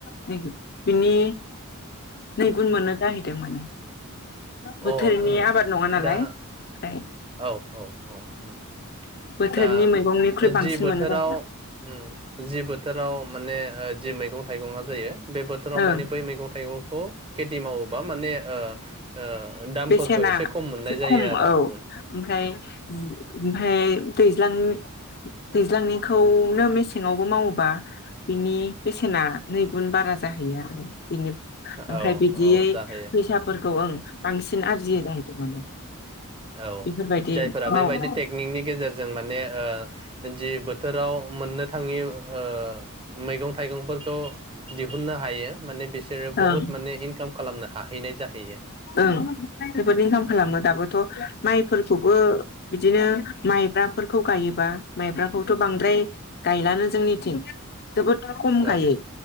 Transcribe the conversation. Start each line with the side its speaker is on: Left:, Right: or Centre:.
Left: <unintelligible> बिनि नै गुन मोनो जाहैदों माने बोथोरनि
Right: अ उम
Left: आबाद नङा नालाय
Right: दा
Left: ओमफ्राय
Right: औ औ औ उम उम
Left: बोथोरनि
Right: दा
Left: मैगंनिख्रुइ बांसिन
Right: जि बोथोराव
Left: मोनो जाहैदों
Right: उम जि बोथोराव माने ओ जि मैगं थाइगंआ जायो बे बोथोराव
Left: ओं
Right: माने बै मैगं थाइगंखौ खेथि मावोबा माने ओ ओ दामफोरखौ
Left: बेसेना
Right: खम मोननाय
Left: एसे
Right: जायो
Left: खम
Right: आरो
Left: औ
Right: उम
Left: ओमफ्राय ओमफ्राय दैज दैज्लां दैज्लांनिखौनो मेसेङावबो मावोबा बिनि बेसेना नैगुन बारा जा जाहैयो आरो बिनि
Right: औ
Left: ओमफ्राय बिदियै
Right: औ जाहैयो
Left: फैसाफोरखौ ओं बांसिन आरजियो जाहैदों माने।
Right: औ
Left: बेफोरबायदि
Right: जायफोरा
Left: मावो
Right: बेबायदि टेकनिकनि गेजेरजों माने ओ जि बोथोराव मोननो थाङि ओ मैगं थाइगंफोरखौ दिहुननो हायो माने बिस सोरो
Left: ओं
Right: बहुत माने इनकाम खालामनो हाहैनाय जाहैयो।
Left: ओं जोबोद इनकाम खालामो दाबोथ' माइफोरखौबो बि दिनो माइब्राफोरखौ गायोबा माइब्राखौथ' बांद्राय गायलानो जोंनिथिं। जोबोद खम
Right: औ
Left: गायो